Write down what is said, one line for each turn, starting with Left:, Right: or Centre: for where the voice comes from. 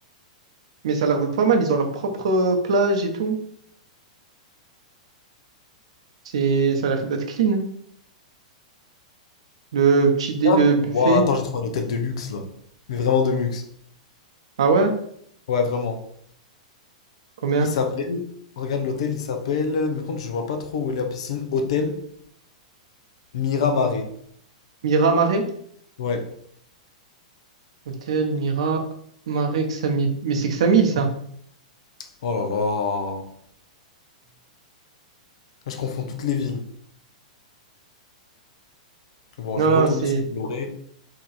Right: Mais ça a l'air de pas mal. Ils ont leur propre euh, plage et tout. C'est... Ça a l'air d'être clean. hein. Le petit dé...
Left: Regarde.
Right: le buffet.
Left: Ouah, attends, j'ai trouvé un hôtel de luxe là. Mais vraiment de luxe.
Right: Ah ouais?
Left: Ouais, vraiment.
Right: Combien?
Left: Il s'appelle. Regarde l'hôtel, il s'appelle. Mais par contre, je vois pas trop où est la piscine. Hôtel Miramaré.
Right: Mira Marais?
Left: Ouais.
Right: Hôtel Mira Marais Xamil. Mais c'est Xamil, ça.
Left: Oh là là. Je confonds toutes les villes. Bon,
Right: Non,
Left: je vais
Right: non,
Left: retourner
Right: c'est.
Left: sur Vloré.